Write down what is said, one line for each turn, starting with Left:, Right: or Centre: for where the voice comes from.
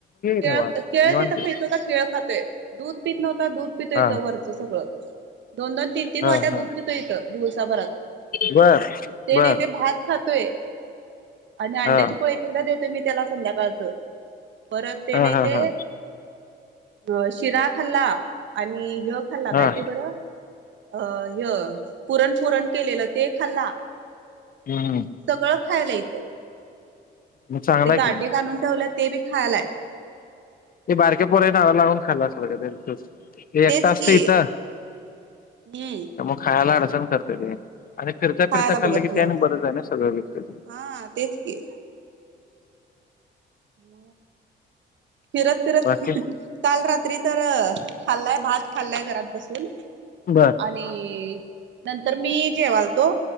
Right: केळ
Left: निवांत
Right: अ केळ
Left: निवांत
Right: तिथं
Left: ये
Right: खाईत नव्हता केळ खातोय दूध पित नव्हता दूध पि पितो
Left: हा
Right: इथ वरचं सगळं दोन दोन तीन तीन
Left: हा
Right: वाट्या
Left: हा
Right: दूध पितो इथ दिवसाभरात
Left: बर
Right: ते
Left: बर
Right: नाही ते भात खातोय आणि अंड्याची
Left: हा
Right: पोळी एकेकदा देतोय मी त्याला संध्याकाळचं परत ते
Left: हा
Right: नाही
Left: हा
Right: ते
Left: हा
Right: अ शिरा खाल्ला आणि ह खाल्ला
Left: हा
Right: काय ते बरं अ ह पुरण पुरण केलेलं ते खाल्ला
Left: हम्म
Right: सगळं खायलय
Left: मग चांगला
Right: ते
Left: आहे
Right: गाठे
Left: की मग
Right: काढून ठेवलं ते बी खायालाय
Left: ते बारक्या पोराच्या नादाला लागून खाल्ला असल ग ते तसं ते एकटा
Right: तेच
Left: असतय
Right: की
Left: इथं
Right: हम्म
Left: तर मग खायला अडचण करतय ते आणि फिरता
Right: खायला
Left: फिरता खाल्लं
Right: बघत
Left: की
Right: नाही
Left: ते आणि बरंच आहे ना सगळ मिक्स होतय
Right: हा तेच की म फिरत फिरत
Left: बाकी
Right: ह ह काल रात्री तर खाल्लाय भात भात खाल्लाय घरात बसून
Left: बर
Right: आणि नंतर मी जेवालतो